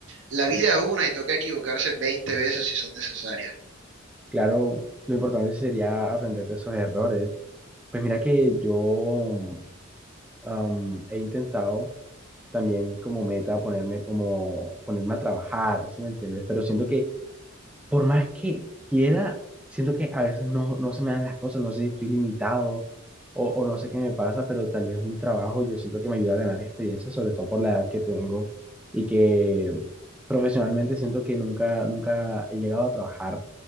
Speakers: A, on the right; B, in the centre.
A: la vida es una y toca equivocarse 20 veces si son necesarias.
B: Claro, lo importante sería aprender de esos errores. Pues mira que yo am, he intentado también como meta ponerme como, ponerme a trabajar, ¿sí me entiendes? Pero siento que por más que quiera, siento que a veces no, no se me dan las cosas, no sé si estoy limitado o, o no sé qué me pasa, pero tal vez un trabajo yo siento que me ayuda a ganar experiencia, sobre todo por la edad que tengo y que profesionalmente siento que nunca, nunca he llegado a trabajar